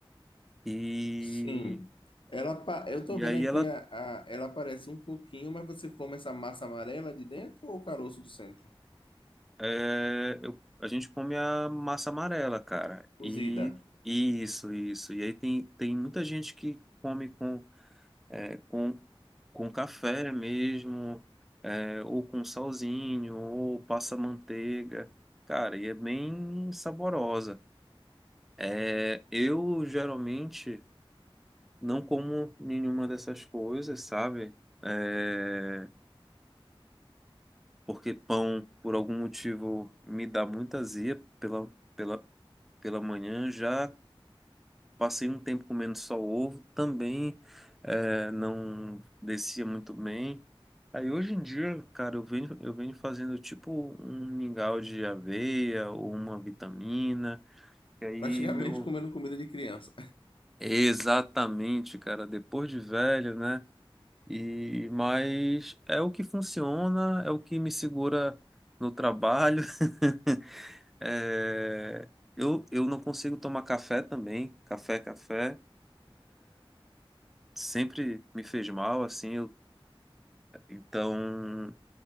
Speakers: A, in the centre; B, on the left.
A: E,
B: Sim. Ela, pa- eu tô
A: e
B: vendo
A: aí
B: aqui,
A: ela.
B: a, a- ela parece um coquinho, mas você come essa massa amarela de dentro ou o caroço do centro?
A: é, eu- a gente come a massa amarela, cara.
B: Cozida.
A: E isso, isso. E aí tem, tem muita gente que come com. é, com, com café mesmo, é, ou com salzinho, ou passa manteiga. Cara, e é bem saborosa. É, eu geralmente não como nenhuma dessas coisas, sabe? É, porque pão, por algum motivo, me dá muita azia pela, pela, pela manhã. Já passei um tempo comendo só ovo, também é, não descia muito bem. Aí hoje em dia, cara, eu venho, eu venho fazendo tipo um mingau de aveia ou uma vitamina. E aí,
B: Praticamente
A: meu.
B: comendo comida de criança.
A: Exatamente, cara, depois de velho, né? E mas é o que funciona, é o que me segura no trabalho. <laughs> É, Eu, eu não consigo tomar café também. Café, café sempre me fez mal, assim. eu- Então